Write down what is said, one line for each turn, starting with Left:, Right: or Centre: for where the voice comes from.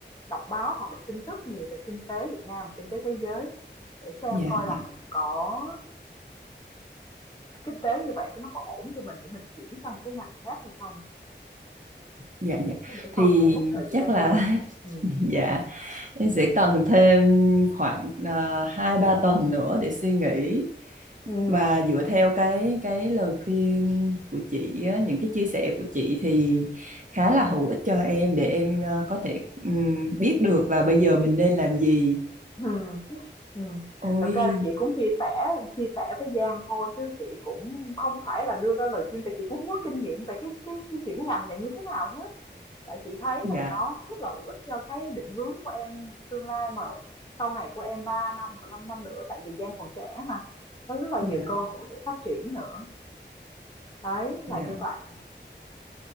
Left: đọc báo hoặc đọc tin tức nhiều về kinh tế Việt Nam, và kinh tế thế giới để xem
Right: Dạ,
Left: coi
Right: dạ.
Left: là mình có kinh tế như vậy nó có ổn cho mình để mình chuyển sang một cái ngành khác hay không?
Right: Dạ, dạ.
Left: Chứ để
Right: Thì
Left: không lại mất thời gian
Right: chắc là
Left: của mình. Ừm.
Right: <laughs> dạ, em sẽ cần thêm khoảng ờ, hai ba tuần nữa để suy nghĩ
Left: Ừm,
Right: và dựa theo cái cái lời khuyên của chị á, những cái chia sẻ của chị thì khá là hữu ích cho em để em ờ, có thể ừm, biết được là bây giờ mình nên làm gì.
Left: ừm, ừm.
Right: Ôi,
Left: Thật ra là chị cũng chia sẻ chia sẻ với Giang thôi chứ chị cũng không phải là đưa ra lời khuyên tại chị cũng không có kinh nghiệm về cái cái cái chuyển ngành này như thế nào hết. Tại chị thấy
Right: dạ,
Left: là nó rất là hữu ích cho cái định hướng của em tương lai mà sau này của em 3 năm hoặc 5 năm nữa tại vì Giang còn trẻ mà. Có rất là
Right: dạ,
Left: nhiều cơ hội để phát triển nữa. Đấy là
Right: dạ.
Left: như vậy.